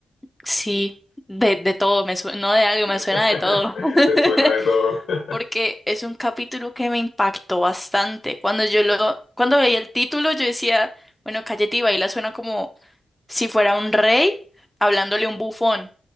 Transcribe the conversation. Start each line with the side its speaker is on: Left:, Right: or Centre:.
Centre: Sí, de, de todo, me sue- no de algo, me
Left: <laughs>
Centre: suena de todo. <laughs>
Left: ¿Te suena de todo? <laughs>
Centre: Porque es un capítulo que me impactó bastante. Cuando yo lo, cuando veía el título, yo decía, bueno, Cayeti Baila suena como si fuera un rey hablándole a un bufón,